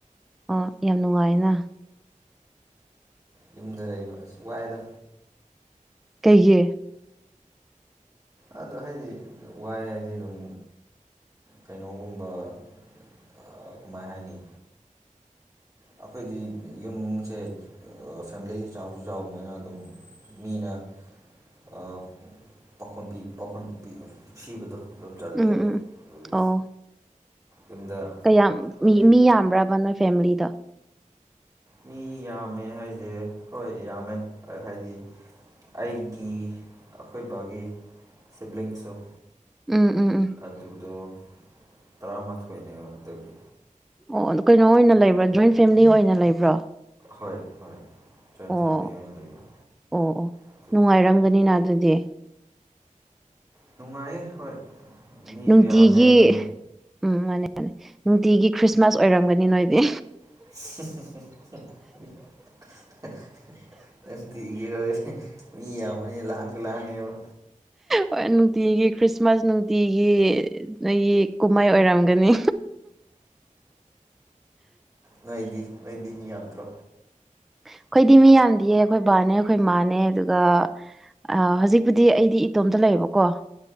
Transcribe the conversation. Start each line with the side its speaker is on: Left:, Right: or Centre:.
Centre: ꯑꯣ ꯌꯥꯝ ꯅꯨꯡꯉꯥꯏꯅ
Right: ꯌꯨꯝꯗ ꯂꯩꯕ ꯑꯁ ꯋꯥꯏꯌꯦꯗ
Centre: ꯀꯩꯒꯤ
Right: ꯑꯗꯨ ꯍꯥꯏꯗꯤ ꯋꯥꯏ ꯍꯥꯏꯗꯤ ꯑꯗꯨꯝ ꯀꯩꯅꯣꯒꯨꯝꯕ ꯑ ꯀꯃꯥꯏ ꯍꯥꯏꯅꯤ ꯑꯩꯈꯣꯏꯗꯤ ꯌꯨꯝꯁꯦ ꯐꯦꯃꯤꯂꯤꯁꯦ ꯆꯥꯎꯁꯨ ꯆꯥꯎꯕꯅꯤꯅ ꯑꯗꯨꯝ ꯃꯤꯅ ꯑ ꯄꯥꯈꯣꯟ ꯄꯤ ꯄꯥꯈꯣꯟ ꯄꯤ ꯁꯤꯕꯗꯣ ꯑꯗꯨꯝ ꯆꯠꯂꯦꯕ
Centre: ꯎꯝ ꯎꯝ
Right: ꯑꯗꯨꯒꯤ
Centre: ꯑꯣ
Right: ꯌꯨꯝꯗ
Centre: ꯀꯌꯥꯝ
Right: ꯍꯧꯖꯤꯛ
Centre: ꯃꯤ ꯃꯤ ꯌꯥꯝꯕ꯭ꯔꯥꯕ ꯅꯣꯏ ꯐꯦꯃꯤꯂꯤꯗꯣ
Right: ꯃꯤ ꯌꯥꯝꯃꯦ ꯍꯥꯏꯖꯦ ꯍꯣꯏ ꯌꯥꯝꯃꯦ ꯍꯥꯏꯗꯤ ꯑꯩꯒꯤ ꯑꯩꯈꯣꯏ ꯕꯥꯒꯤ ꯁꯤꯕ꯭ꯂꯤꯡꯁꯨ
Centre: ꯎꯝ ꯎꯝ ꯎꯝ
Right: ꯑꯗꯨꯗꯣ ꯇꯔꯥꯃꯥꯊꯣꯏꯅꯦꯕ ꯑꯗꯨꯒꯤ
Centre: ꯑꯣ ꯑꯗꯨ ꯀꯩꯅꯣ ꯑꯣꯏꯅ ꯂꯩꯕ꯭ꯔꯣ ꯖꯣꯏꯟ ꯐꯦꯃꯤꯂꯤ ꯑꯣꯏꯅ ꯂꯩꯕ꯭ꯔꯣ
Right: ꯍꯣꯏ ꯍꯣꯏ ꯖꯣꯏꯟ
Centre: ꯑꯣ
Right: ꯐꯦꯃꯤꯂꯤ ꯑꯣꯏꯅ ꯂꯩꯕ
Centre: ꯑꯣ ꯑꯣ
Right: ꯑꯗꯨꯒꯤ
Centre: ꯅꯨꯡꯉꯥꯏꯔꯝꯒꯅꯤꯅ ꯑꯗꯨꯗꯤ
Right: ꯅꯨꯡꯉꯥꯏꯌꯦ ꯍꯣꯏ ꯃꯤꯖꯨ
Centre: ꯅꯨꯡꯇꯤꯒꯤ
Right: ꯌꯥꯝꯃꯦ ꯑꯗꯨꯝ
Centre: ꯎꯝ ꯃꯥꯅꯤ ꯃꯥꯅꯤ ꯅꯨꯡꯇꯤꯒꯤ ꯈ꯭ꯔꯤꯁꯃꯥꯁ ꯑꯣꯏꯔꯝꯒꯅꯤ ꯅꯣꯏꯗꯤ
Right: <unintelligible> ꯇꯤꯒꯤ ꯍꯣꯏ ꯃꯤ ꯌꯥꯝꯕꯅꯤꯅ ꯂꯥꯡꯁꯨ ꯂꯥꯡꯉꯦꯕ
Centre: ꯍꯣꯏ ꯅꯨꯡꯇꯤꯒꯤ ꯈ꯭ꯔꯤꯁꯃꯥꯁ ꯅꯨꯡꯇꯤꯒꯤ ꯅꯣꯏꯒꯤ ꯀꯨꯝꯍꯩ ꯑꯣꯏꯔꯝꯒꯅꯤ
Right: ꯅꯣꯏꯗꯤ ꯅꯣꯏꯗꯤ ꯃꯤ ꯌꯥꯝꯗ꯭ꯔꯣ
Centre: ꯑꯩꯈꯣꯏꯗꯤ ꯃꯤ ꯌꯥꯝꯗꯤꯌꯦ ꯑꯩꯈꯣꯏ ꯕꯥꯅꯦ ꯑꯩꯈꯣꯏ ꯃꯥꯅꯦ ꯑꯗꯨꯒ ꯑ ꯍꯧꯖꯤꯛꯄꯨꯗꯤ ꯑꯩꯗꯤ ꯏꯇꯣꯝꯇ ꯂꯩꯕꯀꯣ